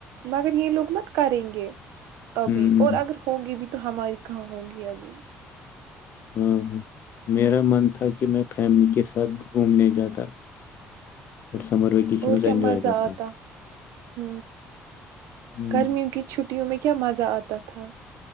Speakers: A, on the right (about 85°); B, on the left (about 50°).
A: مگر یہ لوگ مت کریں گے
B: ہوں
A: ابھی اور اگر ہوگی بھی تو ہماری کہاں ہوگی ابھی
B: ہاں ہاں میرا من تھا کہ میں فیملی کے ساتھ گھومنے جاتا اور سمر ویکیشنز
A: اور کیا
B: انجوائے
A: مزہ
B: کرتا
A: آتا ہ
B: ہ
A: گرمیوں کی چھٹیوں میں کیا ک کیا مزہ آ ت تھا